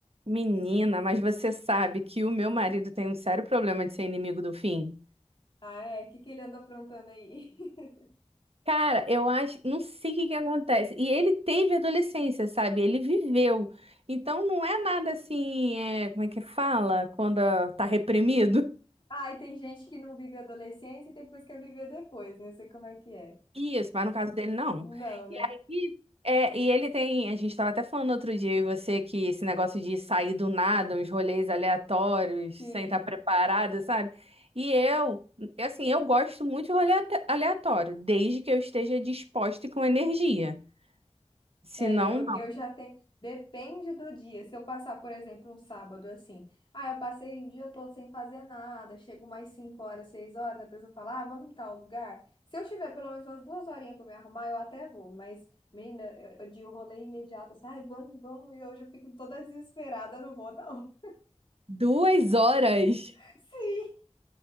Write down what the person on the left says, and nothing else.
Ah, é? O que que ele anda aprontando aí? <laughs>
Ah, e tem gente que não vive a adolescência e depois quer viver depois, né? Não sei como é que é.
Não, né?
Sim.
É,
eu,
eu já tenho. Depende do dia. Se eu passar, por exemplo, um sábado assim. Ah, eu passei o dia todo sem fazer nada. Chego mais 5 horas, 6 horas. A pessoa fala, ah, vamos em tal lugar. Se eu tiver pelo menos umas duas horinhas pra me arrumar, eu até vou. Mas, menina, eu, eu- de rolê imediato, assim, ai, vamos, vamos. E eu já fico toda desesperada, eu não vou, não.
<laughs> Sim.